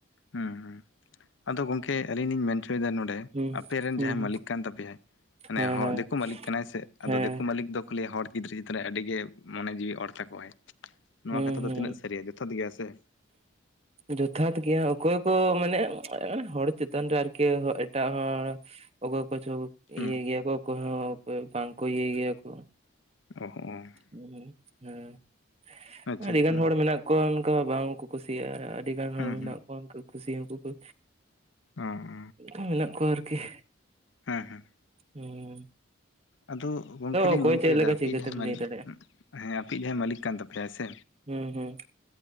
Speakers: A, on the left; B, on the right.
A: ᱦᱮᱸ ᱦᱮᱸ ᱟᱫᱚ ᱜᱚᱝᱠᱮ ᱟᱞᱤᱧ ᱞᱤᱧ ᱢᱮᱱ ᱦᱚᱪᱚᱭᱮᱫᱟ ᱱᱚᱸᱰᱮ
B: ᱦᱩᱸ
A: ᱟᱯᱮᱨᱮᱱ
B: ᱦᱩᱸ
A: ᱡᱟᱦᱟᱸᱭ ᱢᱟᱹᱞᱤᱠ ᱠᱟᱱ ᱛᱟᱯᱮᱭᱟᱭ᱾ ᱢᱟᱱᱮ
B: ᱦᱮᱸ
A: ᱦᱚᱸ
B: ᱦᱮᱸ
A: ᱫᱤᱠᱩ ᱢᱟᱹᱞᱤᱠ ᱠᱟᱱᱟᱭ ᱥᱮ ᱟᱫᱚ
B: ᱦᱮᱸ
A: ᱫᱤᱠᱩ ᱢᱟᱹᱞᱤᱠ ᱫᱚ ᱠᱷᱟᱹᱞᱤ ᱦᱚᱲ ᱜᱤᱫᱽᱨᱟᱹ ᱪᱮᱛᱟᱱ ᱨᱮ ᱟᱹᱰᱤᱜᱮ ᱢᱚᱱᱮ ᱡᱤᱣᱤ ᱚᱨ ᱛᱟᱠᱚᱣᱟᱭ᱾ ᱱᱚᱣᱟ
B: ᱦᱩᱸ
A: ᱠᱟᱛᱷᱟ ᱫᱚ
B: ᱦᱩᱸ
A: ᱛᱤᱱᱟᱹᱜ ᱥᱟᱹᱨᱤᱭᱟ ᱡᱚᱛᱷᱟᱛ ᱜᱮᱭᱟ ᱥᱮ᱾
B: ᱡᱚᱛᱷᱟᱛ ᱜᱮᱭᱟ ᱚᱠᱚᱭ ᱠᱚ ᱢᱟᱱᱮ ᱦᱚᱲ ᱪᱮᱛᱟᱱ ᱨᱮ ᱟᱨᱠᱤ ᱮᱴᱟᱜ ᱦᱚᱲ᱾ ᱚᱠᱚ ᱠᱚᱪᱚ
A: ᱦᱩᱸ
B: ᱤᱭᱟᱹ ᱜᱮᱭᱟ ᱠᱚ ᱚᱠᱚᱪᱚ ᱵᱟᱝᱠᱚ ᱤᱭᱟᱹᱭ ᱜᱮᱭᱟ ᱠᱚ᱾
A: <unintelligible>
B: ᱚ ᱦᱮᱸ
A: ᱟᱪᱪᱷᱟ
B: ᱟᱹᱰᱤ
A: ᱟᱪᱪᱷᱟ
B: ᱜᱟᱱ ᱦᱚᱲ ᱢᱮᱱᱟᱜ ᱠᱚᱣᱟ ᱚᱱᱠᱟ ᱵᱟᱝᱠᱚ ᱠᱩᱥᱤᱭᱟᱜ-ᱟ᱾ ᱟᱹᱰᱤ ᱜᱟᱱ
A: ᱦᱩᱸ
B: ᱦᱚᱲ ᱢᱮᱱᱟᱜ
A: ᱦᱩᱸ
B: ᱠᱚᱣᱟ ᱩᱱᱠᱩ ᱠᱩᱥᱤ ᱦᱚᱠᱩ ᱠᱩᱥᱤ
A: ᱚᱸ
B: ᱟ ᱢᱮᱱᱟᱜ ᱠᱚᱣᱟ ᱟᱨᱠᱤᱺ
A: ᱦᱮᱸ ᱦᱮᱸ
B: ᱦᱩᱸ
A: ᱟᱫᱚ ᱜᱚᱝᱠᱮ ᱞᱤᱧ
B: ᱚᱠᱚᱭ
A: ᱢᱮᱱ
B: ᱪᱮᱫ
A: ᱪᱚᱭᱫᱟ
B: ᱞᱮᱠᱟ
A: ᱟᱯᱮ
B: ᱪᱤᱠᱟᱹᱛᱮᱢ
A: ᱡᱟᱦᱟᱸᱭ ᱢᱟᱞᱤᱠ
B: ᱞᱟᱹᱭ ᱫᱟᱲᱮᱭᱟᱜᱼᱟ
A: <unintelligible> ᱦᱮᱸ ᱟᱯᱮᱼᱤᱡ ᱡᱟᱦᱟᱸᱭ ᱢᱟᱹᱞᱤᱠ ᱠᱟᱱ ᱛᱟᱯᱮᱭᱟᱭ ᱥᱮ
B: ᱦᱩᱸ ᱦᱩᱸ